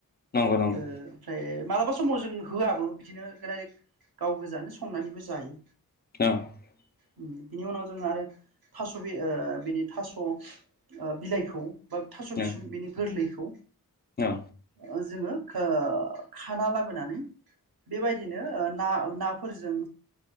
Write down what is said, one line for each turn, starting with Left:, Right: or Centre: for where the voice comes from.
Left: नंगौ नंगौ
Right: ओ ओमफ्राय मालाबा समाव जों होआबो बिदिनो <unintelligible> गाव गोजानो संनानैबो जायो।
Left: <unintelligible>
Right: बिनि उनाव जोङो आरो थास' बि ओ बिनि थास' ओ बिलाइखौ बा थास' बिसं
Left: औ
Right: बेनि गोरलैखौ
Left: औ
Right: ओ जोङो खो खाना लाबोनानै बेबायदिनो ओ ना नाफोरजों